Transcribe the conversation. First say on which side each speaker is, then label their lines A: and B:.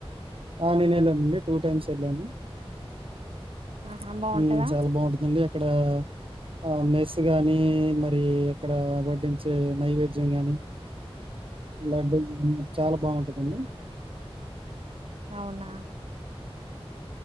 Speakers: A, on the right; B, on the right.
A: ఆ నేను వెళ్ళానండి టూ టైమ్స్ వెళ్ళాను
B: ఆహా బాగుంటదా
A: హు చాలా బాగుంటుందండి అక్కడ ఆ మే గాని మరి ఇక్కడ వడ్డించే నైవేద్యం గాని లడ్డూ గానీ చాలా బాగుంటుందండి
B: అవునా